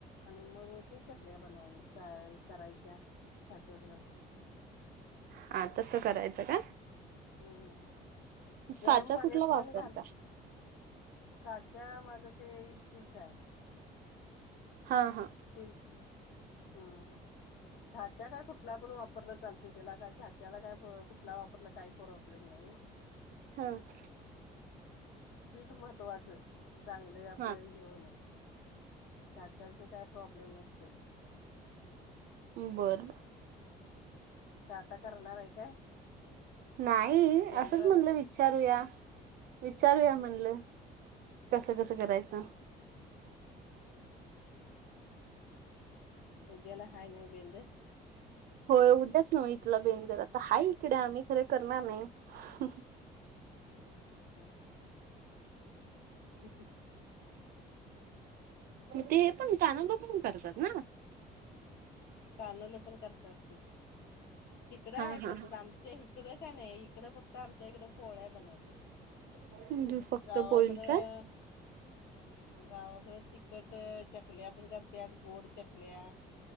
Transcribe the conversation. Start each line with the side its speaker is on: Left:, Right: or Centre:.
Left: आणि मग ते चकल्या बनवायच्या क.. करायच्या साच्यात घालून.
Right: आ.. तसं करायचं का?
Left: ह्म्म्.. हम..
Right: साचा
Left: गरम पाण्यात
Right: कुठला वापरता?
Left: पण घाल साचा माझा ते इस्टीलचा आहे.
Right: हा.. हा..
Left: तेच, हु.. साचा काय कुठला पण वापरला चालतोय त्याला काय साच्याला काय कुठला वापरला काय प्रॉब्लेम नाई.
Right: ह्म्
Left: पीठ महत्वाचं, चांगलं आपलं
Right: हा
Left: हे हो न साच्याचा काय प्रॉब्लेम नसतोय ‌.
Right: बरं..
Left: का आता करणार हाय काय?
Right: नाई..
Left: बेंद्राला
Right: असंच म्हणलं विचारूया, विचारूया
Left: हम्म
Right: म्हणलं.
Left: हम्म
Right: कसं.. कसं करायचं.
Left: हम्म.. हम्म.. उद्याला हाय नव भेंड
Right: होय, उद्याच नव इथला बेंदूर आत्ता हाय हिकडं आम्ही खरं करनार नाई. ह्..
Left: हम्म हम्म हम् ह्.. ह्..
Right: ते पण कानवलं‌ पण करतात ना?
Left: कानवलं पण करतात की, तिकडं
Right: हा
Left: हाय
Right: हा
Left: पद्धत आम च्या हिकडं काय नाय हिकडं आमच्याकडं फक्त पोळ्या ‌बनव
Right: हा फक्त
Left: गावाकडं
Right: पोळी का
Left: हम्.. गावाकड तिखट चकल्या पण करत्यात गोड चकल्या